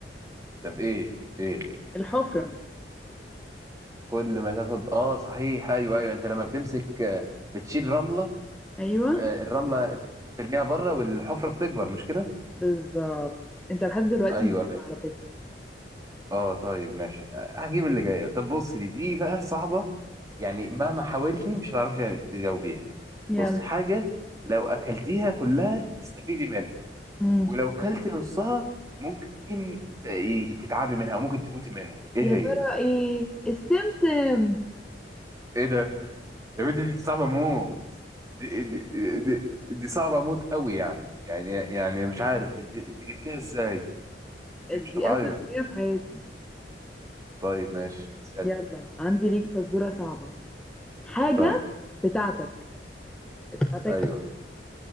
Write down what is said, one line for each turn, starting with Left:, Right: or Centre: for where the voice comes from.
Right: طب ايه ايه
Centre: الحفرة
Right: كل ما تاخد اه صحيح ايوه ايوه انت لما بتمسك آه، بتشيل رمله
Centre: أيوه
Right: آه الرمله بترميها بره والحفره بتكبر مش كده
Centre: بالظبط أنت لحد دلوقتي
Right: ايوه
Centre: زيرو
Right: ايوه
Centre: على فكرة
Right: اه طيب ماشي آه، هجيب اللي جايه طب بص دي دي بقى صعبه يعني مهما حاولتي مش هتعرفي تجاوبيها
Centre: يلا
Right: بص حاجه لو اكلتيها كلها تستفيدي منها
Centre: مم.
Right: ولو كلت نصها ممكن ت- ي- تتعبي منها وممكن تموتي منها ايه
Centre: يا ترى
Right: هي
Centre: إيه السمسم
Right: ايه ده يا بنتي دي صعبه موت دي, دي, دي, دي صعبه موت قوي يعني يعني يعني مش عارف انت انت جبتيها ازاي انت مش
Centre: دي
Right: طبيعيه
Centre: أسهل حاجة في حياتي
Right: طيب ماشي اسالي
Centre: يلا عندي ليك فزورة صعبة حاجة
Right: طيب
Centre: بتاعتك بتاعتك
Right: ايوه